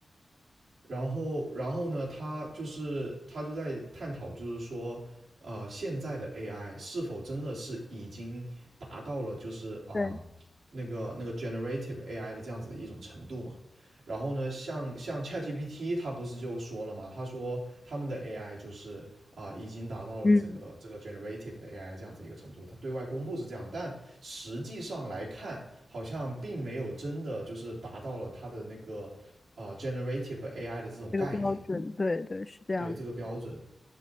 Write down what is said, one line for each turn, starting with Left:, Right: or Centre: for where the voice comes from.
Right: 然后，然后呢，他就是他就在探讨，就是说，呃，现在的 AI 是否真的是已经达到了就是啊、
Left: 对，
Right: 呃那个那个 generative AI 的这样子的一种程度嘛？然后呢，像像 ChatGPT，他不是就说了嘛，他说他们的 AI 就是啊、已经达到了这个这个
Left: 嗯，
Right: generative 的 AI 这样子一个程度，他对外公布是这样，但实际上来看，好像并没有真的就是达到了它的那个呃 generative AI 的这种概念，
Left: 这个标准，对对，是这样的。
Right: 对这个标准。